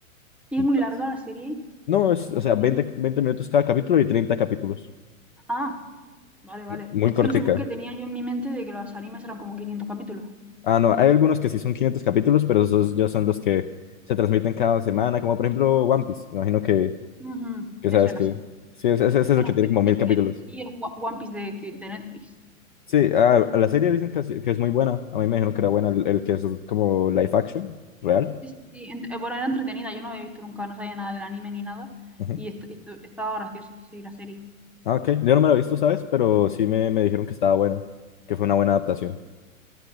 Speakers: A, in the centre; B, on the left (about 40°).
A: Y
B: Entonces,
A: es muy larga la serie,
B: no, es,
A: el
B: o
A: anime.
B: sea, veinte 20 minutos cada capítulo y 30 capítulos.
A: Ah, vale, vale.
B: Muy
A: Es
B: cortica.
A: que no sé por qué tenía yo en mi mente de que los animes eran como 500 capítulos.
B: Ah, no, hay algunos que sí son 500 capítulos, pero esos ya son los que se transmiten cada semana, como por ejemplo One Piece. Me Imagino que
A: Ujú,
B: Que
A: Me
B: sabes
A: suena
B: que.
A: así.
B: Sí, ese, ese es el
A: Bueno,
B: que tiene como
A: es
B: mil
A: que
B: capítulos.
A: me vi el Wa- One Piece de, que- de Netflix.
B: Sí, a, a la serie dicen que, así- que es muy buena. A mí me dijeron que era buena el, el que es como live action, real.
A: Sí, sí, sí, ent- eh, bueno, era entretenida, yo no había visto nunca, no sabía nada del anime ni nada.
B: Ujú.
A: Y est- esto- estaba gracioso, sí, la serie.
B: Ah, ok. Yo no me la he visto, ¿sabes? Pero sí me, me dijeron que estaba buena, que fue una buena adaptación.